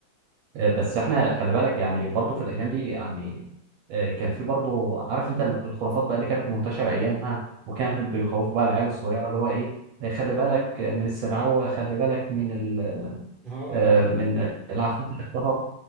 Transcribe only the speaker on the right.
آه، بس احنا خلي بالك يعني برضو في الايام دي يعني آه، كان في برضو عارف انت الخرافات بقى اللي كانت منتشره ايامها وكان
بيخوفوا بقى العيال الصغيره اللي هو ايه آه، خلي بالك من السرعوه خلي بالك من ال
آه،
من العفريت اللي اختفى